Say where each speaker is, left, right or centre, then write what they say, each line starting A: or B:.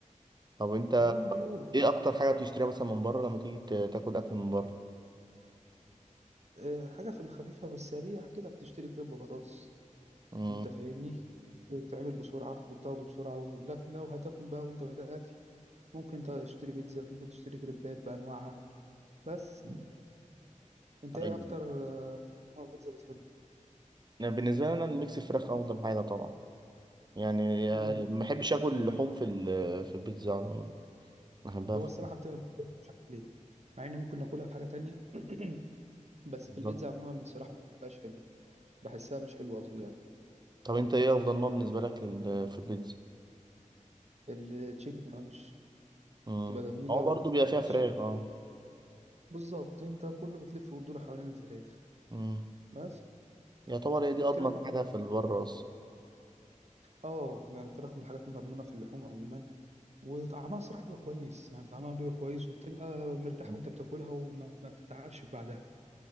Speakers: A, on the right (about 35°); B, on the right (about 55°).
A: طب انت
B: آه بيقولوا
A: ايه اكتر حاجه بتشتريها مثلا من بره لما تيجي ت- تاكل اكل من بره
B: آه حاجة في الخفيفة والسريع كده بتشتري كريب بطاطس
A: امم
B: أنت فاهمني بتتعمل بسرعة وبتاخده بسرعة و... لكن لو هتاكل بقى وأنت محتاج أكل ممكن تشتري بيتزا ممكن تشتري كريبات بأنواعها بس أنت
A: طيب
B: إيه أكتر آه، نوع بيتزا بتحبه؟
A: أنا بالنسبه لي انا الميكس فراخ افضل حاجه طبعا يعني
B: مم.
A: آه، ما بحبش اكل اللحوم في ال- في البيتزا عموما بحبها
B: هو
A: في
B: الصراحة بتبقى مش عارف ليه مع إني ممكن ناكلها في حاجة تانية <clears throat> بس في
A: البيتزا
B: البيتزا عموما الصراحة ما بتبقاش حلوة بحسها مش حلوة قصدي يعني
A: طب انت ايه افضل نوع بالنسبه لك لل- في البيتزا
B: التشيكن رانش
A: امم
B: تبقى جميلة
A: هو برضه بيبقى فيها
B: والصوص
A: فراخ اه
B: بالظبط انت كله بتلف وتدور حوالين الفراخ
A: امم
B: بس
A: يعتبر هي دي
B: الكريب
A: اضمن حاجه في البره اصلا
B: اه يعني الفراخ من الحاجات المضمونة في اللحوم عموما وطعمها الصراحة بيبقى كويس يعني طعمها بيبقى كويس وبتبقى مرتاح
A: مم.
B: وانت بتاكلها وما ما بتتعبش بعدها